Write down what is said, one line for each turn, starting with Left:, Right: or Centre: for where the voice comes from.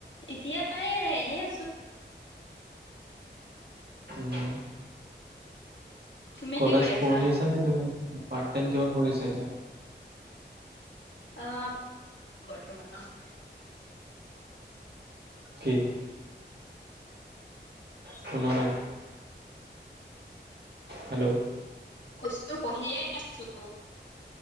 Left: এতিয়াই এনেই আছো।
Right: উম,
Left: তুমি
Right: কলেজ
Left: কি কৰি
Right: পঢ়ি
Left: আছা?
Right: আছেনে নে পাৰট টাইম কিবা কৰি আছে এতিয়া।
Left: আহ বৰ্তমান।
Right: কি? শুনা নাই হেল্ল'
Left: কৈছো পঢ়িয়ে আছো।